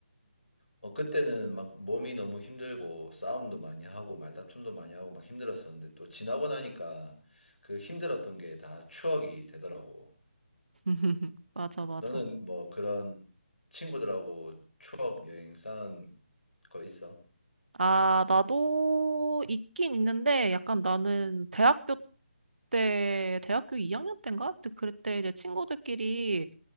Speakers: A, on the left (about 75°); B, on the right (about 60°).
A: 어, 그때는 막 몸이 너무 힘들고 싸움도 많이 하고 말다툼도 많이 하고 막 힘들었었는데 또 지나고 나니까 그 힘들었던 게 다 추억이 되더라고.
B: <laughs> 맞아, 맞아.
A: 너는 뭐 그런 친구들하고 추억 여행 쌓은 거 있어?
B: 아, 나도 있긴 있는데 약간 나는 대학교 때, 대학교 2학년 때인가? 그때 그때 이제 친구들끼리